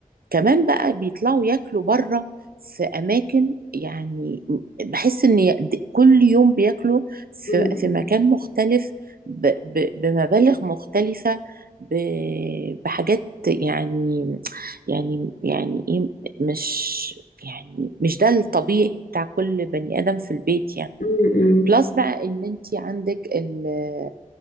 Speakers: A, on the right (about 80°); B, on the left (about 65°).
A: كمان بقى بيطلعوا ياكلوا بره في اماكن يعني بحس ان ي- د- كل يوم بياكلوا في
B: م-
A: في مكان مختلف ب- ب- بمبالغ مختلفه ب- بحاجات يعني يعني يعني ايه مش يعني مش ده الطبيعي بتاع كل بني ادم في البيت يعني
B: م- م.
A: بلس بقى ان انت عندك ال-